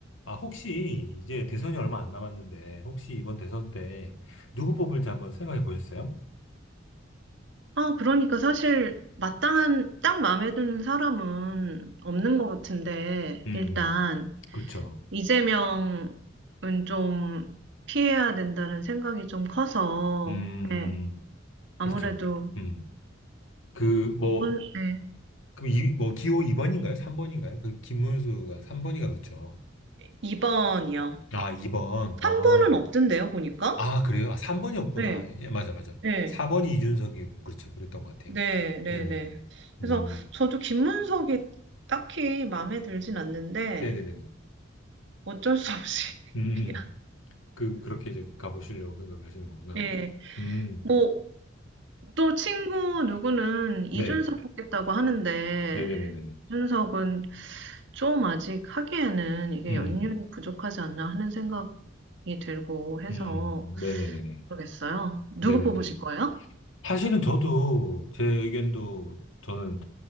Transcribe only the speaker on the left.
아, 혹시 이제 대선이 얼마 안 남았는데, 혹시 이번 대선 때 누구 뽑을지 한번 생각해 보셨어요?
음,
그렇죠.
음,
그렇죠. 음, 그, 뭐,
그, 이, 뭐, 기호 2번인가요? 3번인가요? 그, 김문수가 3번이가 그렇죠.
아, 2번. 아,
아, 그래요? 아, 3번이었구나.
예, 맞아, 맞아.
4번이 이준석이고, 그렇죠. 그랬던 것 같아요.
네네네네.
음,
네네네네.
음,
음.
음. 그, 그렇게 이제 가보시려고 생각하시는 거구나.
음,
네.
네네네네.
음,
음, 네네네네.
네네네.
사실은 저도 제 의견도 저는